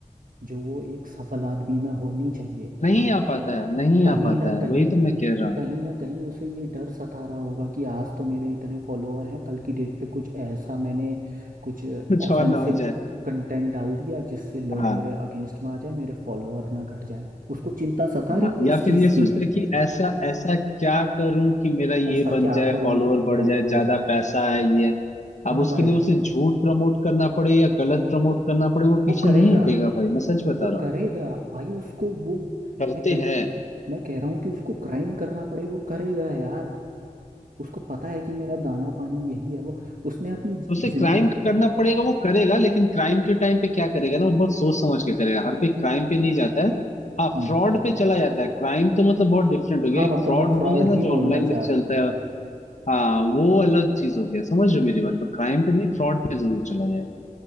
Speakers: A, on the right; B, on the left.
A: जो वो एक सफल आदमी में होनी चाहिए
B: नहीं आ पाता है नहीं
A: कहीं
B: आ पाता
A: ना
B: है
A: कहीं
B: वही तो मैं कह रहा हूँ
A: कहीं ना कहीं उसे ये डर सता रहा होगा कि आज तो मेरे इतने फॉलोअर हैं कल की डेट पे कुछ ऐसा मैंने कुछ
B: कुछ
A: ऑफेंसिव
B: और ना हो जाए
A: कंटेंट डाल दिया जिससे लोग
B: हाँ
A: मेरे अगेंस्ट में आ जाए मेरे फॉलोअर ना घट जाए उसको चिंता सता रही
B: हाँ
A: है
B: या
A: इस
B: फिर
A: चीज
B: ये सोचते
A: की
B: हैं कि ऐसा ऐसा क्या करूं कि मेरा ये
A: ऐसा
B: बन
A: क्या
B: जाए
A: करूं
B: फॉलोअर
A: को मेरा
B: बढ़
A: ये
B: जाए
A: हो
B: ज्यादा
A: जाए
B: पैसा है ये है।
A: हाँ
B: अब उसके
A: भाई
B: लिए उसे झूठ प्रमोट करना पड़े या गलत प्रमोट करना पड़े वो
A: वो
B: पीछे
A: करेगा
B: नहीं हटेगा भाई मैं सच बता
A: वो
B: रहा
A: करेगा
B: हूँ
A: भाई उसको वो
B: करते
A: मैं कह
B: हैं
A: मैं कह रहा हूँ कि उसको क्राइम करना पड़े वो करेगा यार उसको पता है कि मेरा दाना पानी यही है वो उसने अपनी जिंदगी
B: उसे क्राइम
A: में
B: करना पड़ेगा वो करेगा लेकिन क्राइम के टाइम पे क्या करेगा ना वो बहुत सोच समझ के करेगा हर कोई क्राइम पे नहीं जाता है हाँ
A: हम्म
B: फ्रॉड पे चला जाता है क्राइम तो मतलब बहुत डिफरेंट हो गया
A: हाँ
B: एक
A: मतलब
B: फ्रॉड
A: मैं
B: होना
A: फ्रॉड
B: है ना
A: ही
B: जो
A: बोलना
B: ऑनलाइन में
A: चाह
B: चलता
A: रहा था
B: है हाँ वो अलग चीज हो गया समझ रहे हो मेरी बात तो क्राइम पे नहीं फ्रॉड पे जरूर चला जाएगा